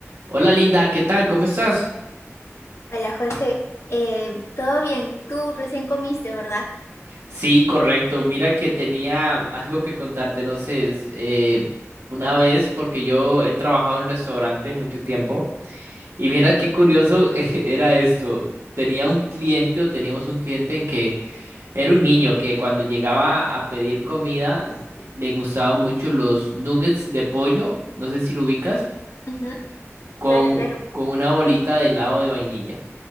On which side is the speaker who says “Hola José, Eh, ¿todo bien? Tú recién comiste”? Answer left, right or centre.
Left